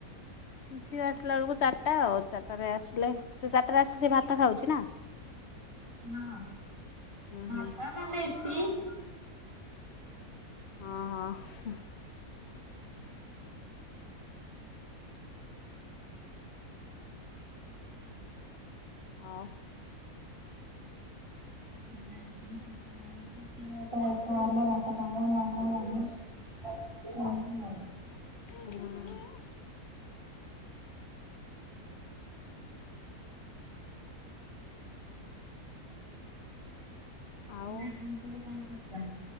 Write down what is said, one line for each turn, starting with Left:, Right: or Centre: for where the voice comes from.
Left: ଝିଅ ଆସିଲା ବେଳକୁ ଚାରିଟା ଆଉ ଚାରିଟା ରେ ଆସିଲେ ସେ ଚାରିଟାରେ ଆସି ସେ ଭାତ ଖାଉଚି ନା
Right: ହଁ
Left: ହୁଁ
Right: ଭାତ
Left: ହୁଁ।
Right: ନହେଲେ ରୁଟି।
Left: ହଁ ହଁ। ହଁ।
Right: <inaudible> ଓ ହୋଉ।
Left: ହୁଁ। ଆଉ
Right: ଆଇଟମ ସବୁ କଣ କରିଚ?